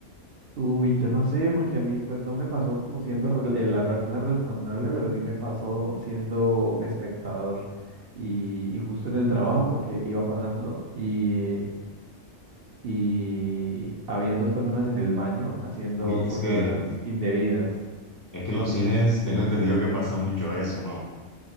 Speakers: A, on the right; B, on the left.
A: Uy, yo no sé, porque a mí pues no me pasó como siendo re- eh, la persona responsable, pero sí me pasó siendo espectador y, y justo en el trabajo porque iba pasando y, y habían dos personas en el baño haciendo
B: Uy,
A: cosas
B: es que,
A: indebidas.
B: es que en los cines tengo entendido que pasa mucho eso, ¿no?